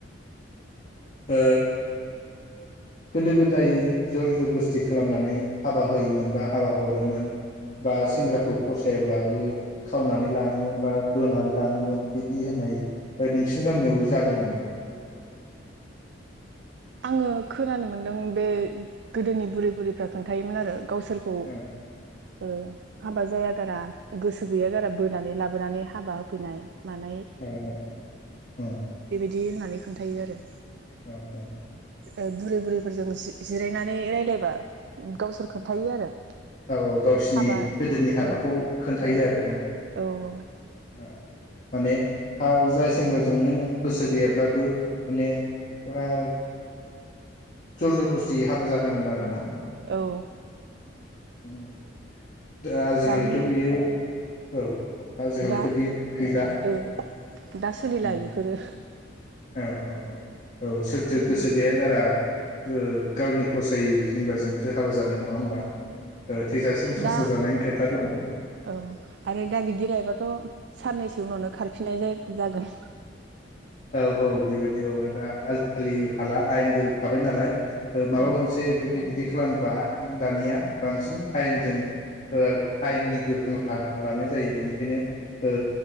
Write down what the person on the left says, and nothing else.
ओ गोदो गोदाय जर जबस्थि खालामनानै हाबा होयोमोन बा हाबा हरोमोन बा सेंग्राखौ फसायाब्लाबो खावनानै लाङोमोन बा बोनानै लाङोमोन बिदि होननाय नोंसिनि गामियाव जादों नामा?
औ
औ-औ-औ औ।
औ-औ।
औ-औ गावसिनि
गोदोनि हाबाखौ
खोन्थायो आरोना
औ माने <unintelligible> जायस सेंग्राजों नों गोसो गैयाब्लाबो माने फुरा जर जबस्थि हाबा जानांगौमोन आरो ना।
उम दा आजिखालिथ
बियाव औ आजिखालिथ'
बे गैला
उम
औ औ औ सोरथो गोसो गैया गारा गो गावनि फसायै सेंग्राजोंथो हाबा जानो नङा होमबा ओ थैजासिम संसार
जानायनि खोथा दङ
औ औ बेबायदि औ आरो दा आजि खालि हाला आयेनबो थाबाय नालाय ओ माबा
मोनसे जुदि बिदि खालामब्ला दानिया बांसिन आयेनजों ओ आयेननि गोख्रों राहा लानाय जायो बेनिखायनो ओ